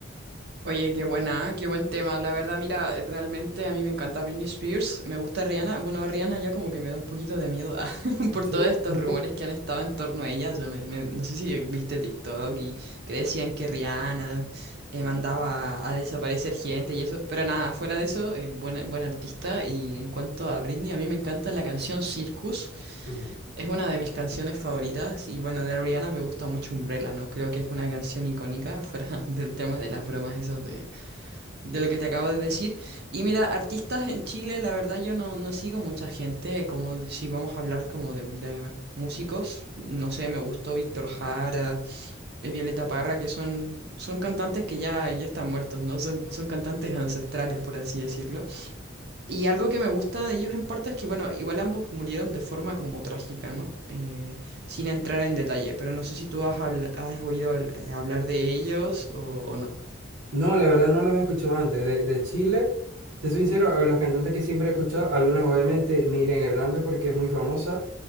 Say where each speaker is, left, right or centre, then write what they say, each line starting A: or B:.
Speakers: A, on the right; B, on the right.
A: Oye, qué buena, ¿eh? Qué buen tema. La verdad, mira, eh, realmente a mí me encanta Britney Spears, me gusta Rihanna. Bueno, Rihanna ya como que me da un poquito de miedo <laughs> por
B: Sí.
A: todos estos
B: <laughs>
A: rumores que han estado en torno a ella. O sea, me- me- no sé si viste TikTok y que decían que Rihanna eh, mandaba a desaparecer gente y eso. Pero nada, fuera de eso, eh, buena, buena artista. Y en cuanto a Britney, a mí me encanta la canción Circus.
B: Ujú.
A: Es una de mis canciones favoritas y bueno, de Rihanna me gusta mucho Umbrella, ¿no? Creo que es una canción icónica fuera <laughs> del tema de las bromas esas de de lo que te acabo de decir. Y mira, artistas en Chile, la verdad yo no, no sigo mucha gente, como de- si vamos a hablar como de, de músicos, no sé, me gustó Víctor Jara, eh, Violeta Parra, que son, son cantantes que ya, ya están muertos, ¿no? Son, son cantantes ancestrales, por así decirlo. Y algo que me gusta de ellos en parte es que, bueno, igual ambos murieron de forma como trágica, ¿no? Eh, sin entrar en detalle, pero no sé si tú has, habl- has oído habl- hablar de ellos o o no.
B: No, la verdad no los había escuchado antes. De, de Chile, te soy sincero, a los cantantes que siempre he escuchado, algunos obviamente Miriam Hernández porque es muy famosa